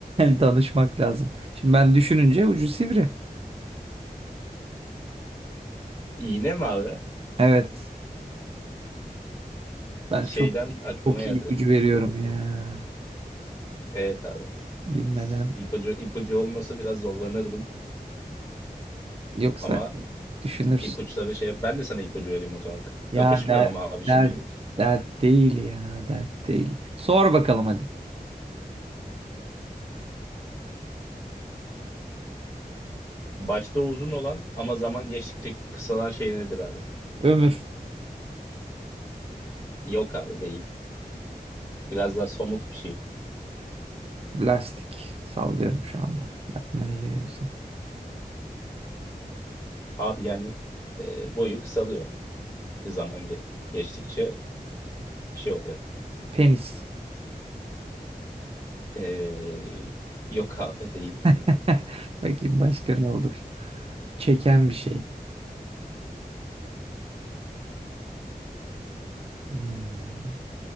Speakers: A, on the right (about 40°); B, on the left (about 25°).
A: <laughs> danışmak lazım. Şimdi ben düşününce ucu sivri.
B: İğne mi abi?
A: Evet. Ben
B: Şeyden
A: çok
B: aklıma
A: çok
B: geldi.
A: iyi ipucu veriyorum
B: Ku-
A: ya.
B: Evet abi.
A: Bilmeden.
B: S- İpucu, ipucu olmasa biraz zorlanırdım.
A: Yoksa
B: Ama
A: düşünürsün.
B: ipuçları şey... Ben de sana ipucu vereyim o zaman. K-
A: Ya
B: Kapışmayalım
A: dert
B: abi şimdilik.
A: dert dert değil ya. Dert değil. Sor bakalım hadi.
B: Başta uzun olan ama zaman geçtikçe kısalan şey nedir abi?
A: Ömür.
B: Yok abi değil. Biraz daha somut bir şey.
A: Lastik. Sallıyorum şu anda. Aklıma ne geliyorsa.
B: Abi yani e, boyu kısalıyor. Bir zaman ge- geçtikçe şey oluyor.
A: Penis.
B: E, yok abi değil.
A: <laughs> Bakayım başka ne olur. Çeken bir şey. Ne olabilir?